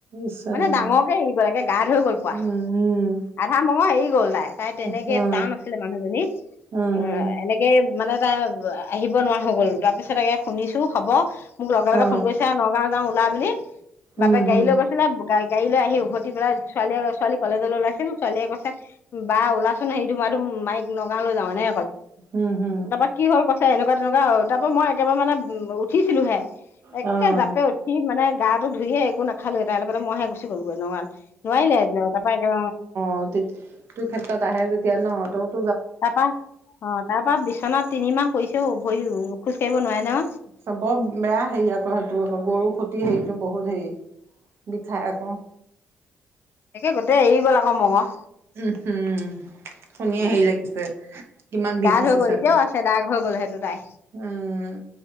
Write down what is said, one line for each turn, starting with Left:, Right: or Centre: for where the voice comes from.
Right: ইছ ৰাম
Left: মানে ডাঙৰকে এৰি গ'ল একে গাত হৈ গ'ল পুৱা
Right: উম
Left: আধা মঙহ এৰি গ'ল তাই তাই তেনেকে
Right: উম অ
Left: টান আছিলে মানুহজনী
Right: উম
Left: এ
Right: হম
Left: এনেকে মানে তাই আহিব নোৱাৰা হৈ গ'ল তাৰপিছত তাকে শুনিছো হব মোক লগে লগে
Right: অ
Left: ফোন কৰিছে নগাঁৱত ওলা বুলি বাপেক
Right: উম হম
Left: গাড়ী লৈ গৈছিলে গা গাড়ীলৈ আহি উভতি পেলাই ছোৱালী এ ছোৱালী কলেজলৈ ওলাইছিল ছোৱালীয়ে কৈছে বা ওলাচোন হেৰি ধুমা ধুম মাইক নগাঁও লৈ যাওঁ নে।
Right: উম হম
Left: তাপা কি হ'ল ক ত এনকা তেনকা আও তাপা মই একেবাৰে মানে উঠিছিলোঁহে
Right: অ
Left: একে জাপে উঠি মানে গাটো ধুইে একোনাখালো এ তাই লগতে মই হে চি গ'লগৈ নৰল নোৱাৰিলে তা পা এক অ
Right: হেইটোত টো ক্ষেত্ৰত আহে যেতিয়া ন। হেটোত
Left: তাপা অ তাপা বিচনাত তিনিমাহ পইছে ও ভৰি খোজ কাঢ়িব নোৱাৰে ন।
Right: চবে বেয়া হেৰি আকৌ সেইটো আকৌ গৰু ফুটি হেৰিতটো বহুত হেৰি বিষাই আকৌ
Left: তাকে গোটেই এৰি গ'ল আক মঙহ
Right: উম হুম শুনিয়ে
Left: উম
Right: হেৰি লাগি গৈছে কিমান বিষ
Left: দাগ
Right: হৈছে
Left: হৈ গ'ল
Right: চাগৈ
Left: এতিয়াও আছে দাগ হৈ গ'ল সেইটো তাই
Right: উম